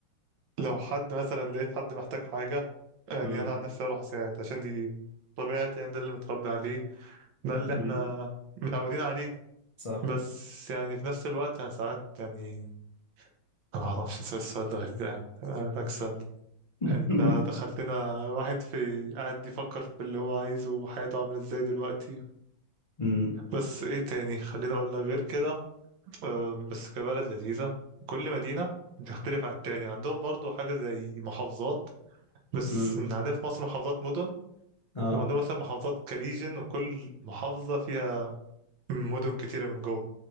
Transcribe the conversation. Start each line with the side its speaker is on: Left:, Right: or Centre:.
Right: لو حد مثلا لقيت حد محتاج حاجة يعني
Left: امم
Right: أنا عن نفسي أروح أساعد عشان دي طبيعتي يعني ده اللي متربي عليه ده اللي
Left: امم
Right: إحنا متعودين عليه
Left: صح
Right: بس يعني في نفس الوقت أنا ساعات يعني أنا معرفش السؤال السؤال ده غريب ده يا عم أنا عارفك السؤال ده
Left: <laughs>
Right: أنت دخلتنا واحد في قاعد يفكر في اللي هو عايزه وحياته عاملة إزاي دلوقتي
Left: امم
Right: بس إيه تاني خليني أقول لك غير كده آه، بس كبلد لذيذة كل مدينة بتختلف عن التاني عندهم برضو حاجة زي محافظات بس
Left: امم
Right: إن عندنا في مصر محافظات مدن
Left: اه
Right: وعندهم مثلا محافظات كريجن وكل محافظة فيها مدن كتيرة من جوه